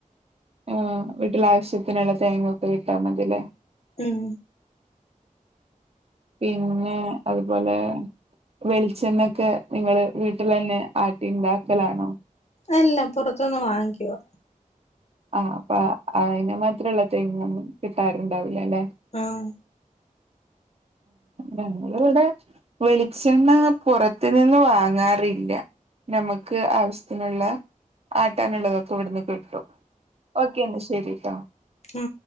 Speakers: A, on the right; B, on the left.
A: ആഹ് വീട്ടില് ആവശ്യത്തിനുള്ള തേങ്ങ ഒക്കെ ഇട്ട മതില്ലേ
B: ഉം
A: പിന്നെ അതുപോലെ വെളിച്ചെണ്ണെക്കെ നിങ്ങള് വീട്ടില് തന്നെ ആട്ടി ഉണ്ടാക്കലാണോ
B: അല്ല പുറത്തൂന്ന് വാങ്ങിക്കുവാ
A: ആഹ് അപ്പ അയിനും മാത്രോള്ള തേങ്ങ ഒന്നും കിട്ടറ്ണ്ടാവില്ല അല്ലെ
B: ആഹ്
A: ഞങ്ങൾ ഇവിടെ വെളിച്ചെണ്ണ പുറത്ത് നിന്ന് വാങ്ങാറില്ല ഞമ്മക്ക് ആവശ്യത്തിനുള്ള ആട്ടാനുള്ളതൊക്കെ ഇവിടുന്ന് കിട്ടും ഓക്കെ എന്ന ശെരിട്ടോ
B: ഉം